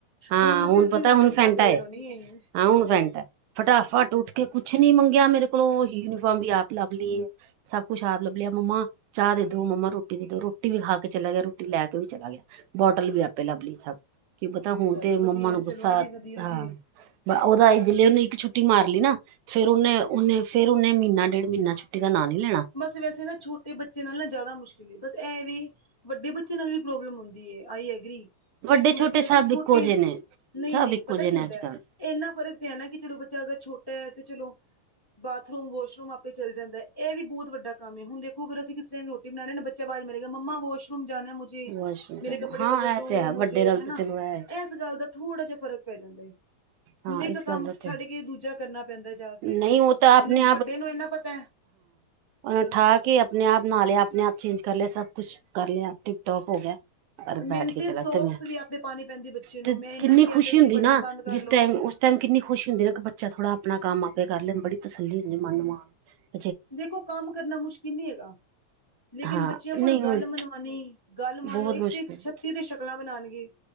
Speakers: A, on the right; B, on the left.
A: ਹਾਂ
B: ਹੁਣ
A: ਹੁਨ
B: ਤੇ ਅਸੀਂ
A: ਪਤੈ ਹੁਨ
B: ਡੰਡਾ
A: ਫੈਂਟਾ
B: ਪਰੇਡ
A: ਐ।
B: ਹੋਣੀ ਹੈ
A: ਹਾਂ ਹੁਨ ਫੈਂਟਾ, ਫਟਾਫਟ ਉੱਠ ਕੇ ਕੁਛ ਨੀ ਮੰਗੇਆ ਮੇਰੇ ਕੋਲੋਂ ਓ ਯੂਨੀਫਾਰਮ ਵੀ ਆਪ ਲੱਭ ਲਈਏ। ਸਬ ਕੁੱਛ ਆਪ ਲੱਭ ਲਿਆ ਮੰਮਾ ਚਾਹ ਦੇ ਦੋ ਮੰਮਾ ਰੋਟੀ ਦੇ ਦੋ ਰੋਟੀ ਵੀ ਖਾ ਕੇ ਚਲਾ ਗਿਆ ਰੋਟੀ ਲੈ ਕੇ ਵੀ ਚਲਾ ਗਿਆ। ਬੋਟਲ ਵੀ ਆਪੇ ਲੱਭ ਲਈ ਸਾ, ਕੀ ਪਤਾ ਹੁਨ
B: ਚਲੋ
A: ਤੇ ਮੰਮਾ
B: ਵਧੀਆ
A: ਨੂੰ
B: ਚਲੋ
A: ਗੁੱਸਾ
B: ਇਹ ਵੀ ਵਧੀਆ
A: ਹਾਂ।
B: ਜੀ।
A: ਓਦਾ ਈਜ਼ਲੀ ਓਨੇ ਇੱਕ ਛੁੱਟੀ ਮਾਰ ਲਈ ਨਾ, ਫੇਰ ਓਨੇ-ਓਨੇ ਫੇਰ ਓਨੇ ਮੀਨਾ ਡੇਢ ਮੀਨਾ ਛੁੱਟੀ ਦਾ ਨਾਂ ਨਈ ਲੈਨਾ।
B: ਬਸ ਵੈਸੇ ਨਾ ਛੋਟੇ ਬੱਚ ਬੱਚੇ ਨਾਲ ਨਾ ਜ਼ਾਦਾ ਮੁਸ਼ਕਿਲ ਏ ਬਸ ਐ ਵੀ ਵੱਡੇ ਬੱਚੇ ਨਾਲ ਵੀ ਪ੍ਰੋਬਲਮ ਹੁੰਦੀ ਐ ਆਈ ਐਗਰੀ।
A: ਵੱਡੇ
B: ਲੇਕਿਨ
A: ਛੋਟੇ
B: ਬਸ ਐ
A: ਸਭ
B: ਕੇ ਛੋਟੇ,
A: ਇੱਕੋ ਜਿਹੇ ਨੇ
B: ਨਈਂ-ਨਈਂ
A: ਸਭ ਇੱਕੋ
B: ਪਤਾ
A: ਜਿਹੇ
B: ਕੀ
A: ਨੇ
B: ਹੁੰਦਾ
A: ਅੱਜ ਕੱਲ
B: ਏਨਾ ਫਰਕ ਤੇ ਐ ਨਾ ਕੇ ਚਲੋ ਬੱਚਾ ਅਗਰ ਛੋਟਾ ਐ ਤੇ ਚਲੋ ਬਾਥਰੂਮ, ਵੋਸ਼ਰੂਮ ਆਪੇ ਚੱਲ ਜਾਂਦਾ ਏ ਵੀ ਬੋਤ ਵੱਡਾ ਕੰਮ ਏ ਹੁਨ ਦੇਖੋ ਅਗਰ ਅਸੀ ਕਿਸ ਟੈਮ ਰੋਟੀ ਬਨਾ ਰਏ ਆਂ ਨਾ ਬੱਚਾ ਵਾਜ਼ ਮਾਰੇਗਾ ਮੰਮਾ ਵੋਸ਼ਰੂਮ ਜਾਨਾ ਮੁ ਜੇ
A: ਵਾਸ਼ਰੂਮ
B: ਮੇਰੇ
A: ਜਾਣਾ
B: ਕੱਪੜੇ
A: ਹਾਂ
B: ਬਦਲ ਦੋ
A: ਇਹ ਤੇ ਹੈ
B: ਮੁਜੇ
A: ਵੱਡੇ ਨਾਲ
B: ਹਨਾ,
A: ਤਾਂ ਚਲੋ ਹੈ
B: ਏਸ ਗੱਲ ਦਾ ਥੋੜਾ ਜਾ ਫਰਕ ਪੈ ਜਾਂਦਾ ਏ,
A: ਹਾਂ
B: ਹੁਨ ਇੱਕ
A: ਇਸ
B: ਕੰਮ
A: ਗੱਲ ਦਾ
B: ਛੱਡ
A: ਤੇ ਹੈ
B: ਕੇ ਦੂਜਾ ਕਰਨਾ ਪੈਂਦਾ ਜਾ ਕੇ,
A: ਨਹੀਂ ਉਹ ਤਾਂ ਆਪਣੇ
B: ਹੁਨ ਵੱਡੇ ਨੂੰ ਐਨਾ ਪਤਾ
A: ਓਨੂੰ ਠਾਕੇ ਆਪਨੇ ਆਪ ਨਾ ਲੇਆ ਆਪਨੇ ਆਪ ਚੇਂਜ ਕਰ ਲੇਆ ਸਭ ਕੁਛ ਕਰ ਲੇਆ ਟਿਪ ਟੌਪ ਹੋ ਗੇਆ। ਔਰ
B: ਮਿਹਨਤੀ
A: ਬੈਠ ਕੇ ਚਲਾਤੇ
B: ਸੋਕਸ
A: ਮੈਂ,
B: ਵੀ ਆਪੇ ਪਾਣੀ ਪੈਂਦੀ ਬੱਚੇ ਨੂੰ
A: ਤੇ
B: ਮੈਂ ਇੰਨਾ
A: ਕਿੰਨੀ
B: ਨੀ ਕਹਿ
A: ਖੁਸ਼ੀ
B: ਸਕਦੀ
A: ਹੁੰਦੀ
B: ਬਟਨ
A: ਨਾ
B: ਬੰਦ ਕਰ
A: ਜਿਸ
B: ਲੋ
A: ਟੈਮ ਉਸ ਟਾਈਮ ਕਿੰਨੀ ਖੁਸ਼ੀ ਹੁੰਦੀ ਐ ਇਕ ਬੱਚਾ ਥੋੜਾ ਆਪਨਾ ਕੰਮ ਆਪੇ ਕਰ ਲੈਨ ਬੜੀ ਤਸੱਲੀ ਹੁੰਦੀ ਐ ਮਨ ਨੂੰ, ਮਾਂ ਨੂੰ।
B: ਦੇਖੋ ਕੰਮ ਕਰਨਾ ਮੁਸ਼ਕਿਲ ਨੀ ਹੈਗਾ। ਲੇਕਿਨ
A: ਹਾਂ
B: ਬੱਚਿਆਂ ਕੋਲੋ
A: ਨਹੀਂ
B: ਗੱਲ
A: ਹੁਣ
B: ਮਨਵਾਨੀ, ਗੱਲ ਮੰਨ
A: ਬਹੁਤ
B: ਲੋ ਇੱਕ
A: ਮੁਸ਼ਕਿਲ
B: ਤੇ ਇੱਕ ਛੱਤੀ ਤੇ ਛੱ ਕਲਾਂ ਬਨਾਨਗੇ,